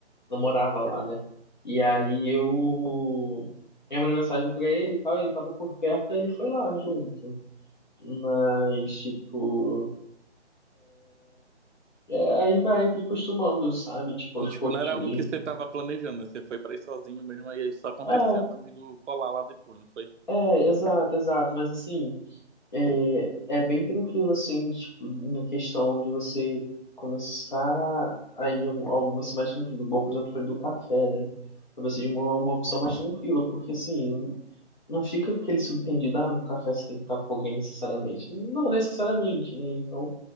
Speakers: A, on the left; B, on the right.
A: não morava lá, né? E aí eu eu mandei mensagem pra ele e tal, ele tava por perto, aí ele foi lá junto. Mas, tipo, é, aí vai acostumando, sabe? Tipo, aos
B: Tipo,
A: poucos
B: não era
A: mesmo.
B: algo que você estava planejando, né? Você foi para ir sozinho mesmo, e aí só aconteceu
A: É,
B: do amigo colar lá depois, não foi?
A: é, exato, exato. Mas assim, é, é bem tranquilo, assim, tipo, na questão de você começar aí algumas mais tranquilo. Igual, por exemplo, foi do café, né? Pra você de uma, uma opção mais tranquila, porque assim, não fica aquele subtendido, ah, no café você tem que estar com alguém necessariamente. Não necessariamente, né? Então,